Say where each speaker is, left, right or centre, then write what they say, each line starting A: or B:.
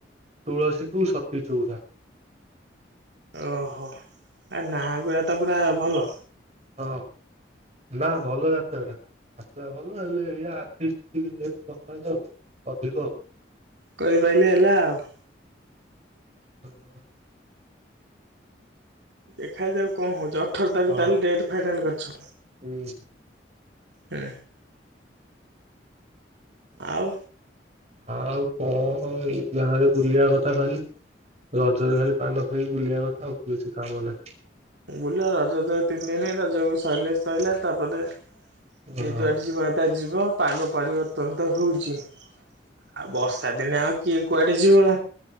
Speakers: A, on the right; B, on the right.
A: ତୁଳସୀକୁୁ ସତୀ ଚଉରା।
B: ଓହୋ ଆ ନା ଗୁରା ତ ପୁରା ଭଲ।
A: ହଁ ନା ଭଲ ଯାତ୍ରା ଟା। ଯାତ୍ରା ଭଲ ହେଲେ ଇଏ ଆର୍ଟିଷ୍ଟ ଟିକେ ଦରକାର ଆଉ ଅଧିକ।
B: କରିପାରିଲେ ହେଲା ଆଉ।
A: ହଁ।
B: ଦେଖା ଯାଉ କଣ ହଉଜ ଅଠର ତାରିଖ
A: ହଁ।
B: ତାଲେ ଡେଟ ଫାଇନାଲ୍ କରିଛ।
A: ହୁଁ।
B: ହୁଁ। ଆଉ
A: ଆଉ କଣ? ହଁ ଏଇ ଗାଁ ରେ ବୁଲିବା କଥା ଖାଲି। ରଜରେ ଖାଲି ପାନ ଖାଇକି ବୁଲିବା କଥା ଆଉ କିଛି କାମ ନାହିଁ।
B: ବୁଲ ରଜା ତିନି ଦିନି ରଜାକୁ ସରିଲେ ସରିଲା ତାପରେ
A: ହଁ
B: ଯିଏ ଯୁଆଡେ ଯିବା ଆ ଯିବ। ହଁ ପାଗ ପରିବର୍ତ୍ତନ ତ ହଉଚି। ଆଉ ବର୍ଷ ସେଦିନେ ଆଉ କିଏ କୁଆଡେ ଯିବ?